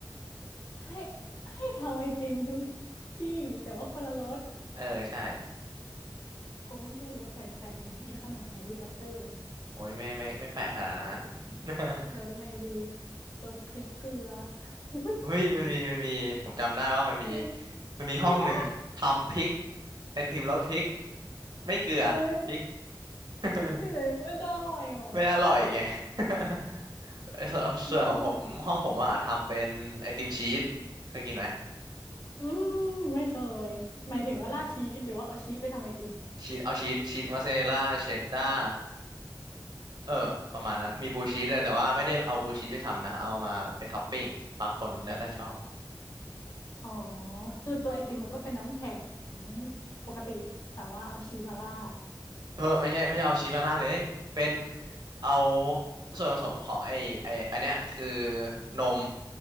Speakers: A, on the left; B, on the right.
A: ให้ให้ทำไอติมทุกที่แต่ว่าคนละรส
B: เออใช่
A: คงไม่ใช่รสแปลกๆเหมือนไอ้ขนมแฮร์รี่พอตเตอร์หรอก
B: โอ้ยไม่ไม่ไม่แปลกขนาดนั้น <laughs>
A: รสอะไรดีรสพริกเกลือ <laughs>
B: เฮ้ยมันมีมันมีผมจำได้ว่ามันมี
A: จริง
B: มันมีห้องหนึ่งทำพริก
A: จริงว่า
B: ไอติมรสพริกไม่เกลือพริก
A: เอ้ย
B: <laughs>
A: พริกเฉยๆมันจะอร่อยเหรอ
B: ไม่อร่อยไง <laughs> ไอ้ส่วนส่วนของผมห้องผมอ่ะทำเป็นไอติมชีสเคยกินไหม
A: รสอะไรอืมไม่เคยหมายถึงว่าราดชีสหรือว่าเอาชีสไปทำไอติม
B: อืมชีสเอาชีสชีสมอสซาเรลล่าเชดด้าเออประมาณนั้นมีบลูชีสด้วยแต่ว่าไม่ได้เอาบลูชีสไปทำนะเอามาเป็นท็อปปิ้งบางคนแล้วแต่ชอบ
A: อ๋อคือตัวไอติมมันก็เป็นน้ำแข็งปกติแต่ว่าเอาชีสมาราด
B: เออไม่ใช่ไม่ใช่เอาชีสมาราดเลยเป็นเอาส่วนผสมของไอไออันเนี้ยคือนม